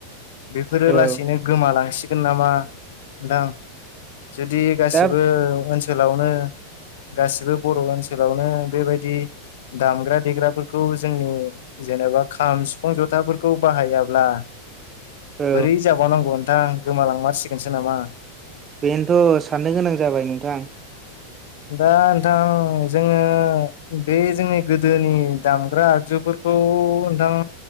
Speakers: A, on the left; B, on the right.
A: बेफोरो
B: औ
A: लासैनो गोमालांसिगोन नामा नोंथां जुदि
B: दा
A: गासिबो ओनसोलावनो गासिबो बर' ओनसोलावनो बेबायदि दामग्रा देग्राफोरखौ जोंनि जेनेबा खाम सिफुं जथाफोरखौ बाहायाब्ला
B: औ
A: बोरै जाबावनांगौ नोंथां गोमालांमारसिगोनसो नामा
B: बेनोथ' साननो गोनां जाबाय नोंथां
A: दा नोंथां जोङो बे जोंनि गोदोनि दामग्रा आगजुफोरखौ खौ नोंथां